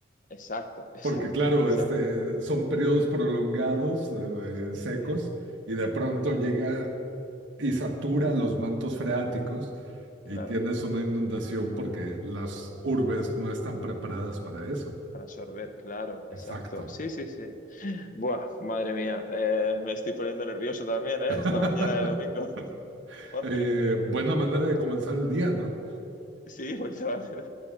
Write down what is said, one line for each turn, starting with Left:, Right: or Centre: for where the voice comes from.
Left: Exacto, <laughs> exacto,
Right: porque claro,
Left: exacto.
Right: este, son periodos prolongados, eh, eh,
Left: Sí,
Right: secos, y de pronto llega y satura los mantos freáticos
Left: claro.
Right: y tienes una inundación porque las urbes no están preparadas para eso.
Left: Para absorber, claro,
Right: Exacto.
Left: exacto. Sí, sí, sí. Buah, madre mía, eh, me estoy poniendo nervioso también, ¿eh?
Right: <laughs>
Left: Esta mañana de domingo, <laughs> Jorge.
Right: Eh, buena manera de comenzar el día, ¿no?
Left: Sí, pues ahora,